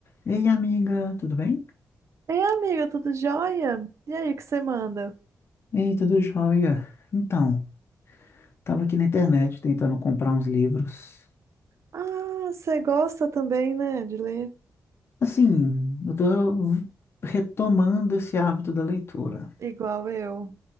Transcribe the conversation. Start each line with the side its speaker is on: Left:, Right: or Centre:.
Left: Ei, amiga, tudo bem?
Right: Ei, amiga, tudo jóia? E aí, o que você manda?
Left: Ei, tudo jóia. Então, tava aqui na internet tentando comprar uns livros.
Right: Ah, você gosta também, né, de ler?
Left: Assim, eu tô retomando esse hábito da leitura.
Right: Igual eu.